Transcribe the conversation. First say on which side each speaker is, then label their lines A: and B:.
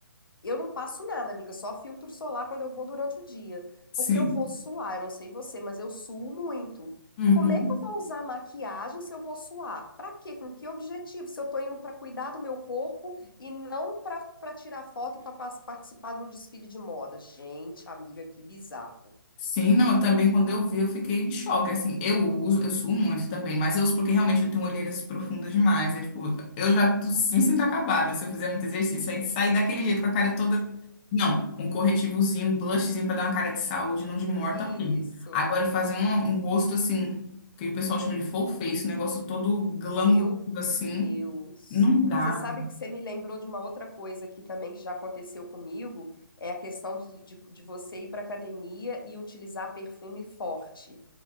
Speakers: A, on the left (about 75°); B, on the left (about 25°).
A: Eu não passo nada, amiga, só filtro solar quando eu vou durante o dia.
B: Sim.
A: Porque eu vou suar, eu não sei você, mas eu suo muito.
B: Uhum.
A: Como é que eu vou usar maquiagem se eu vou suar? Pra quê? Com que objetivo? Se eu tô indo pra cuidar do meu corpo e não pra para tirar foto e pra pas- participar de um desfile de moda. Gente, amiga, que bizarro.
B: Sim, não, eu também quando eu vi eu fiquei de choque, assim, eu uso, eu suo muito também, mas eu uso porque realmente eu tenho olheiras profundas demais, é tipo, eu já tô- me sinto acabada se eu fizer muito exercício, aí sair daquele jeito com a cara toda Não, um corretivozinho, um blushzinho pra dar uma cara de saúde, não de morta,
A: Isso.
B: ok. Agora fazer um, um rosto assim, que o pessoal chama de full face, um negócio todo glamuroso
A: Meu
B: assim,
A: Deus.
B: não dá.
A: Você sabe que você me lembrou de uma outra coisa aqui também que já aconteceu comigo, é a questão de, de, de você ir para academia e utilizar perfume forte.